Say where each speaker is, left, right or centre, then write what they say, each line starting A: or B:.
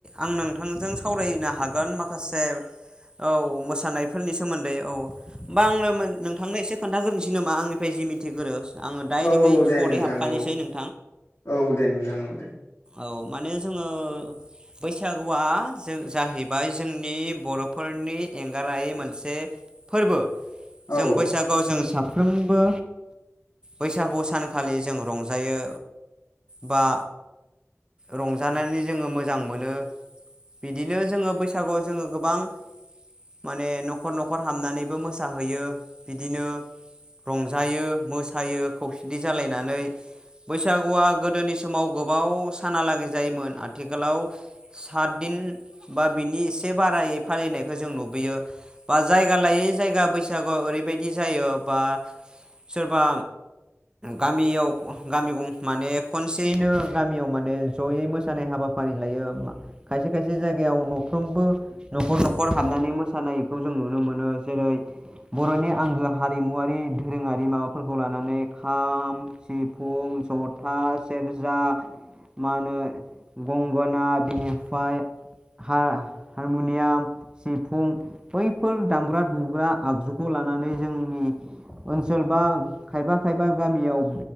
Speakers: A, on the right; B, on the left.
A: आं नोंथांजों सावरायनो हागोन माखासे औ मोसानायफोरनि सोमोन्दै औ होमबा आंनो नोंथांनो एसे खोन्थाग्रोनोसै नामा आंनि <unintelligible> जि मिथिग्रो आङो डाइरेकयै
B: औ दे
A: सर्टयै
B: नोंथां
A: हाबखानोसै
B: औ
A: नों
B: औ दे नोंथां औ दे।
A: औ माने जोङो बैसागुआ जों जाहैबाय जोंनि बर'फोरनि एंगारहायै मोनसे फोरबो।
B: औ
A: जों बैसागुआव जों साफ साफ्रोमबो बैसागु सानखालि जों रंजायो। बा रंजानानै जोङो मोजां मोनो बिदिनो जोङो बैसागुआव जोङो गोबां माने न'खर न'खर हामनानैबो मोसाहैयो बिदिनो रंजायो मोसायो खौसेथि जालायनानै बैसागुआ गोदोनि समाव गोबाव सानालागै जायोमोन आथिखालाव सातदिन बा बिनि एसे बारायै फालिनायखौ जों नुबोयो बा जायगा लायै जायगा बैसागु ओरैबायदि जायो बा सोरबा गामियाव गामि ग-माने खनसेयैनो गामियाव माने जयै मोसानाय हाबाफारि लायो खायसे खायसे जायगायाव न'फ्रोमबो न'खर न'खर हाबनानै मोसानायखौ जों नुनो मोनो जेरै बर'नि आंगो हारिमुवरारि दोरोङारि माबाफोरखौ लानानै खाम सि फुं जथा सेरजा मा होनो गंगोना बिनिफ्राय हा हारमुनियाम सिफुं बैफोर दामग्रा दुग्रा आगजुखौ लानानै जोंनि ओनसोल बा खायफा खायफा गामियाव